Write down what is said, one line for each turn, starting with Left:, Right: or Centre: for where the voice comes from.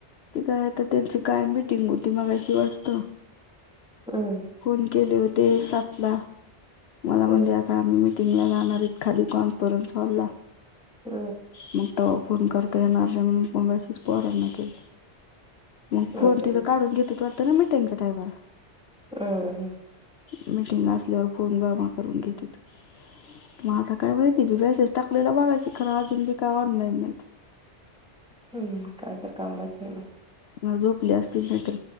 Left: ती काय आता त्यांची काय मिीटिंग होती मगाशी वाटतं.
Centre: अ अ!
Left: फोन केले होते सातला मला म्हणले
Centre: हम्म
Left: आता आम्ही मिीटिंगला जाणार हाईत खाली कॉन्फरन्स हॉलला
Centre: अ!
Left: मग तवा फोन करता येणार नाही म्हणून मॅसेज पोरांना केलतीत. मग
Centre: हम्म
Left: फोन
Centre: हम्म
Left: तिथं काढून घेत्यात वाटत ना मिटिंगच्या टाइमाला?
Centre: बरं!
Left: मीटिंगला असल्यावर फोन जमा करून घेत्यात. मग आता काय माहिती मी मॅसेज टाकलेला बघायचे खरं अजून बी काय ऑनलाईन नाही.
Centre: हम्म, काय तर काम असणार म
Left: म झोपले असतील नाहीतर